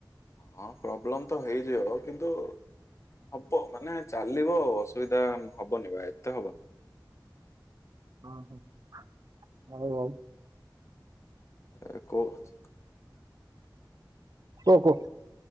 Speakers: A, on the left (about 40°); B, on the right (about 50°).
A: ହଁ ପ୍ରୋବ୍ଲେମ ତ ହେଇଯିବ କିନ୍ତୁ ହବ ମାନେ ଚାଲିବ ଅସୁବିଧା ହବନି ବା ଏତେ ହବନି।
B: ହ ହ ହଉ ହଉ।
A: ଆରେ କୋ ଚ
B: ଓହୋ।